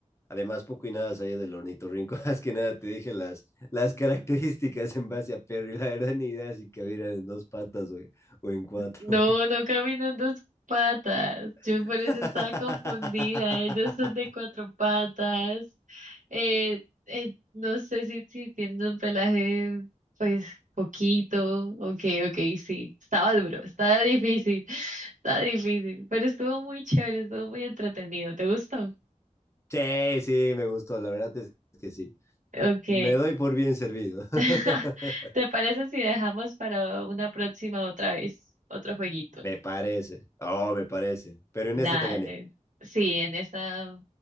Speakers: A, on the left; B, on the right.
A: Además, poco y nada sabía del ornitorrinco. <laughs> Más que nada te dije las, las características en base a Perry. La verdad, ni idea si cabían en dos patas o o en cuatro.
B: No, no caminan dos patas. Yo
A: <laughs>
B: por eso estaba confundida. Ellos son de cuatro patas. Eh, eh, no sé si, si tienen un pelaje, pues, poquito. Ok, ok, sí. Estaba duro, estaba difícil, <laughs> estaba difícil. Pero estuvo muy chévere, estuvo muy entretenido. ¿Te gustó?
A: Sí, sí, me gustó. La verdad es que sí. Eh,
B: Ok.
A: Me doy por bien servido. <laughs>
B: <laughs> ¿Te parece si dejamos para una próxima otra vez otro jueguito?
A: Me parece. Oh, me parece. Pero en
B: Dale.
A: esta te gané.
B: Sí, en esa